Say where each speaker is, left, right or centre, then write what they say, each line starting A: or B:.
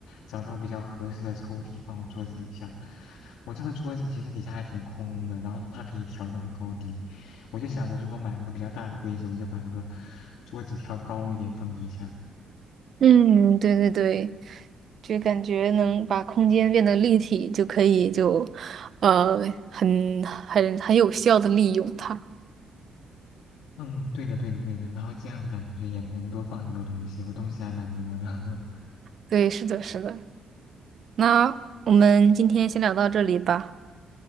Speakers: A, on the left (about 85°); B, on the right (about 55°).
A: 找到比较合适的抽屉放我桌子底下。我这个桌子其实底下还挺空的，然后它可以调那个高低。我就想着，如果买个比较大的柜子，我就把那个桌子调高一点放底下。
B: 嗯，对对对。就感觉能把空间变得立体，就可以就，呃，很很很有效的利用它。
A: 嗯，对的，对的，对的。然后这样感觉也能多放很多东西，我东西还蛮多的。<laughs>
B: 对，是的，是的。那我们今天先聊到这里吧。